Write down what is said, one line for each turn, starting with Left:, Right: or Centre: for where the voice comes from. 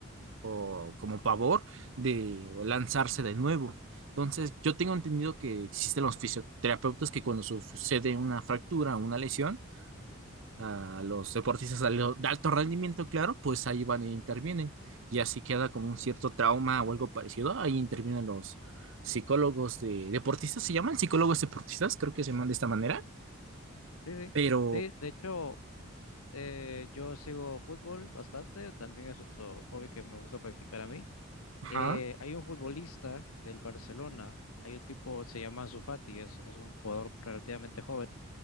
Right: o como pavor de lanzarse de nuevo. Entonces, yo tengo entendido que existen los fisioterapeutas que cuando sucede una fractura o una lesión, a los deportistas de al- de alto rendimiento, claro, pues ahí van e intervienen. Y así queda como un cierto trauma o algo parecido. Ahí intervienen los psicólogos de deportistas, se llaman psicólogos deportistas, creo que se llaman de esta manera.
Left: Sí, sí.
Right: Pero,
Left: Sí, de hecho, eh, yo sigo fútbol bastante, también es otro hobby que me gusta practicar a mí.
Right: ajá,
Left: Eh, hay un futbolista del Barcelona, hay un tipo, se llama Ansu Fati, es, es un jugador relativamente joven.